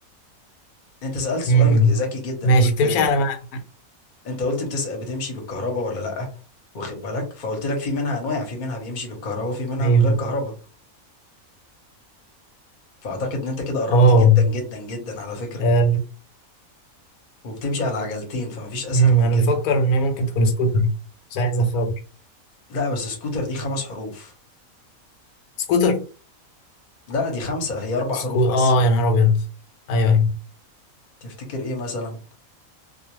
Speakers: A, on the left; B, on the left.
A: انت سألت سؤال
B: مم.
A: ذكي جدا
B: ماشي
A: قلت
B: بتمشي على ما
A: انت قلت بتسأل بتمشي بالكهرباء ولا لا واخد بالك فقلت لك في منها انواع في منها بيمشي بالكهرباء في منها
B: أيوه
A: من غير كهرباء فاعتقد ان انت كده قربت
B: أه
A: جدا جدا جدا على فكرة
B: آه،
A: وبتمشي على عجلتين فمفيش اسهل
B: مم،
A: من
B: أنا
A: كده
B: بفكر إن هي ممكن تكون سكوتر مش عايز أخاف
A: لا بس سكوتر دي خمس حروف
B: سكوتر
A: لا دي خمسة هي أربع
B: سكو
A: حروف بس
B: اه يا نهار ابيض ايوه ايوه
A: تفتكر إيه مثلا